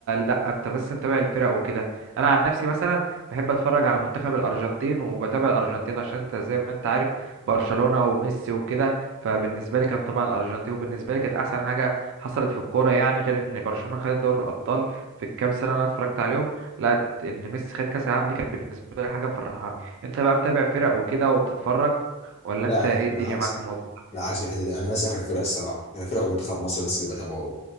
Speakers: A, on the right; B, on the left.
A: لا انت بس متابع الفرق وكده انا عن نفسي مثلا بحب اتفرج على منتخب الارجنتين وبتابع الارجنتين عشان انت زي ما انت عارف برشلونة وميسي وكده فبالنسبة لي كان طبعا الارجنتين وبالنسبة لي كانت احسن حاجة حصلت في الكورة يعني غير ان برشلونة خدت دوري الابطال في الكام سنه اللي انا اتفرجت عليهم لقيت ان ميسي خد كاس العالم دي كانت بالنسبه لي حاجه مفرحاني انت بقى متابع فرق وكده وبتتفرج ولا
B: لا
A: انت
B: انا
A: ايه الدنيا
B: انا عكس
A: معاك في الموضوع
B: لا عكس الحته دي انا بس اخر فرق الصراحه اخر فرق ومنتخب مصر بس اللي بتابعه